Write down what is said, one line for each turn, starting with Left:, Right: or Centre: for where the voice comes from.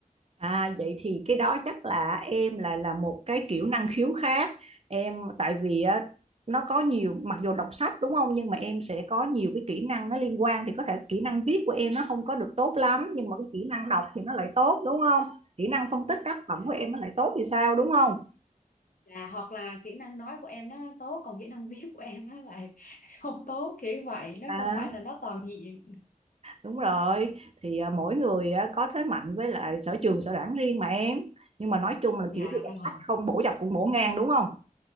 Right: À vậy thì cái đó chắc là em lại là một cái kiểu năng khiếu khác. Em tại vì á, nó có nhiều mặc dù đọc sách đúng không nhưng mà em sẽ có nhiều cái kỹ năng nó liên quan thì có thể kỹ năng viết của em nó không có được tốt lắm nhưng mà cái kỹ năng đọc thì nó lại tốt đúng không? Kỹ năng phân tích tác
Left: Dạ,
Right: phẩm của em nó lại tốt thì sao đúng không?
Left: dạ, hoặc là kỹ năng nói của em nó tốt còn kỹ năng viết của em nó lại <laughs> không tốt kiểu vậy, nó
Right: À,
Left: không phải là nó toàn diện.
Right: đúng rồi thì à, mỗi người á, có thế mạnh với lại sở trường sở đoản riêng mà em nhưng mà nói chung là
Left: Dạ
Right: kiểu gì đọc
Left: rồi.
Right: sách không bổ dọc cũng bổ ngang đúng không?